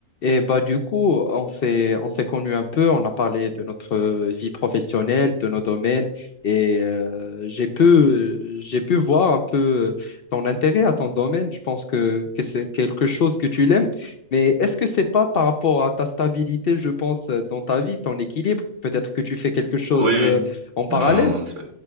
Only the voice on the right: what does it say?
Oui,
oui.
Non, ça,